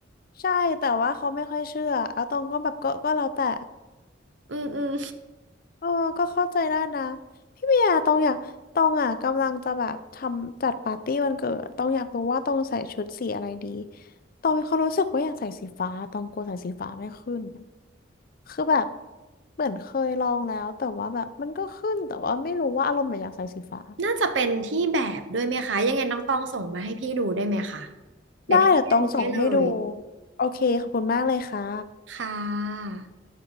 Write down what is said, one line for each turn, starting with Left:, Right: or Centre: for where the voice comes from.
Left: ใช่แต่ว่าเขาไม่ค่อยเชื่อแล้วตองก็แบบก็ก็แล้วแต่
Right: อืมอืม
Left: เออก็เข้าใจได้นะพี่เบียร์ตองอยากตองอ่ะกำลังจะแบบทำจัดปาร์ตี้วันเกิดตองอยากรู้ว่าตองใส่ชุดสีอะไรดีตองมีความรู้สึกว่าอยากใส่สีฟ้าตองกลัวใส่สีฟ้าไม่ขึ้นคือแบบเหมือนเคยลองแล้วแต่ว่าแบบมันก็ขึ้นแต่ว่าไม่รู้ว่าอารมณ์แบบอยากใส่สีฟ้า
Right: น่าจะเป็นที่แบบด้วยไหมคะยังไงน้องตองส่งมาให้พี่ดูได้ไหมคะเดี๋ยวพี่ไปดูให้เลย
Left: ได้เดี๋ยวตองส่งให้ดูโอเคขอบคุณมากเลยค่ะ
Right: ค่ะ